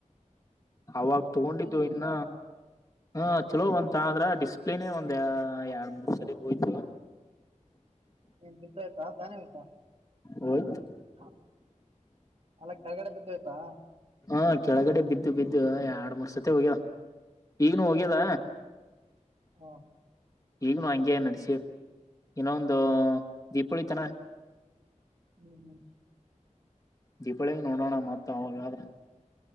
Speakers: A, on the left; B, on the right.
A: ಅವಾಗ ತಗೊಂಡಿದ್ದು
B: ಚೆನ್ನಾಗಿದೆ
A: ಇನ್ನ
B: ಮೊಬೈಲ್
A: ಹ ಚಲೋ ಬಂತ ಅಂದ್ರ ಡಿಸ್ಪ್ಲೇನೆೇ ಒಂದ ಎರಡ್ ಮೂರು ಸರಿ ಹೋಯ್ತವ
B: <unintelligible> ದಗತಾನ ಮೇಕ <unintelligible>
A: ಹೋಯ್ತು
B: ಹ ಅಲ್ಲ ಕೆಳಗಡೆ ಬಿದ್ದಯ್ತಾ
A: ಹಾ ಕೆಳಗಡೆ ಬಿದ್ದು ಬಿದ್ದು ಎರಡು ಮೂರು ಸತ್ತ ಹೋಗ್ಯದ ಈಗನು ಹೋಗ್ಯದ
B: ಹ ಹ
A: ಈಗನು ಹಂಗೆ ನಡಸಿ ಇನ್ನೊ ಒಂದು ದೀಪಳಿತನ
B: ಹ್ಮ ಹ್ಮ್
A: ದೀಪಳಿಗ್ ನೋಡೋಣ ಮತ್ ಅವಾಗಾದ್ರ